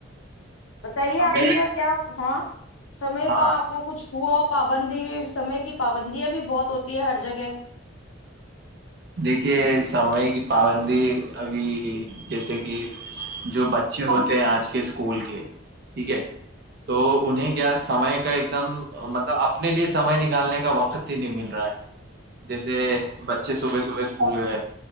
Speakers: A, on the left; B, on the right.
A: بتائیے
B: ہمیں
A: آپ کے ساتھ کیا ہاں <inaudible> سمے
B: ہاں
A: کا آپ کو کچھ ہوا <unintelligible> پابندی سمے کی پابندیاں بھی بہت ہوتی ہے ہر جگہ <inaudible>
B: دیکھیے سمے کی پابندی ابھی جیسے کہ جو بچے ہوتے ہیں آج کل <unintelligible> کے اسکول کے ٹھیک ہے تو انہیں کیا سمے کا ایک دم مطلب اپنے لیے سمئے نکالنے کا وقت <unintelligible> نہیں مل رہا ہے جیسے بچے س <unintelligible> صبح صبح اسکول گئے